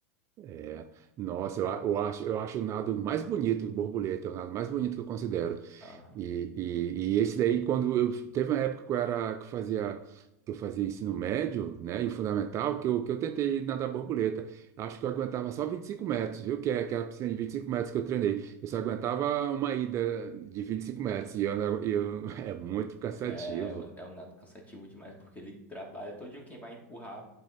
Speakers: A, on the right; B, on the left.
A: É. Nossa, eu, a- eu acho, eu acho o nado mais bonito, borboleta, é o nado mais bonito que eu considero.
B: Aham.
A: E, e, e esse daí, quando eu teve uma época que eu era que eu fazia que eu fazia ensino médio, né, e o fundamental, que eu, que eu tentei nadar borboleta. Acho que eu aguentava só 25 metros, viu? Que é aquela piscina de 25 metros que eu treinei. Eu só aguentava uma ida de 25 metros e eu, não- eu <laughs> é muito cansativo.
B: É, é um nado cansativo demais, porque ele trabalha todo dia quem vai empurrar